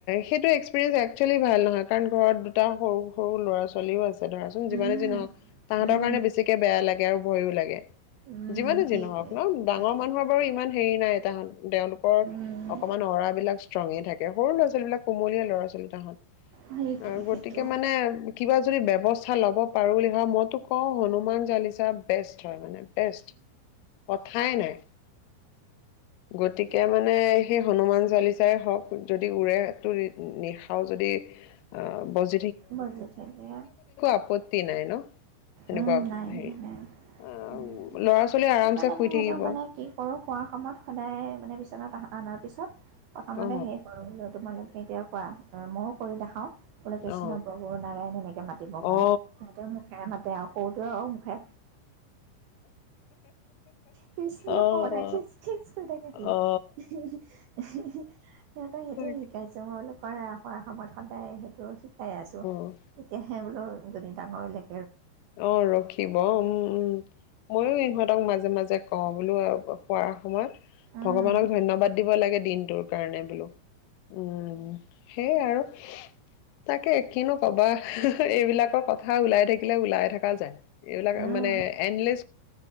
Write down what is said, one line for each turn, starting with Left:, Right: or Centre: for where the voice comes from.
Left: সেইটো এক্সপিৰিয়েঞ্চ এক্চুৱেলি ভাল নহয়। কাৰণ ঘৰত দুটা সৰু সৰু ল'ৰা ছোৱালীও আছে। ধৰাচোন যিমানে
Right: উম,
Left: যিহওক, তাহাঁতৰ
Right: উম,
Left: কাৰণে বেছিকে বেয়া লাগে। য়াৰ ভয়ো লাগে।
Right: উম,
Left: যিমানে
Right: সেইটোৱে
Left: যি নহক ন ডাঙৰ
Right: সেইটোৱে
Left: মানুহৰ বাৰু ইমান হেইৰি নাই এটি হান তেওঁলোকৰ
Right: উম,
Left: অকমান অৰা বিলাক ষ্ট্ৰঙে থাকে। সৰু ল' ছোৱালী ৱালী বিলাক, কোমলীয়া লৰা ছোৱালী তাহত।
Right: সেইটোৱে
Left: অ'
Right: সেইটো
Left: গতিকে মানে কিবা ৱস্থা লব পাৰো বুলি ভ মইো ক হনুমান চালিচাস কথাই নাই গতিকে মানে সেই হনুমান চালিচাই হওক যদি উৰে ফে্টৰী নি <unintelligible> যদি অ বস্তু
Right: বজি থাক উ
Left: আপত্তি নাই ন সেনেকুৱা
Right: উম নাই
Left: হেৰি
Right: নাই নাই
Left: আহ
Right: উ
Left: ল'ৰা ছোৱালী
Right: সেইকাৰণে
Left: আৰামছে শুই
Right: মই সিহঁতক
Left: থাকিব
Right: মানে কি কৰো খোৱা সময়ত সদায় মানে বিচনাত আহা অনাৰ পিছত প্ৰথমতে
Left: অ
Right: হে কৰো তোমালোকে কেতিয়াৰ পৰাা ময়ো কৰি দেখাওঁ ক পেছ
Left: অ
Right: কৃষ্ণপ্ৰভু নাৰায়ণ এনেকৈ মাতিব কওঁ
Left: অ অ
Right: সিহঁতেও মুখেৰে মাতে আৰুক অত আৰু মুখে কৃষ্ণ
Left: অ অ
Right: ক খেচ খেচ কৰি থাকে সি
Left: অ অ
Right: সহতক সেইটো
Left: তাকে।
Right: শিকাইছে মই বোল কৰা কৰা সময়ত সদায় সেইটো খাই আছোঁ
Left: অ
Right: তেতিয়াহে বোলো যদি ডাঙৰলেক
Left: অ ৰখিব উম উম ময়ো ইহঁতক মাজে মাজে কম বোলো খোৱাৰ সময়ত
Right: অঁ
Left: ভগৱানক ধন্যবাদ দিব লাগে পিন্দডুৰ কাৰণে বোলো উম সেইয় আৰু তাকে কিনো কবা এইবিলাকক কথা ওলাই থাকে ওলাই থকা যায় এইবিলাক
Right: উম,
Left: মানে এনলি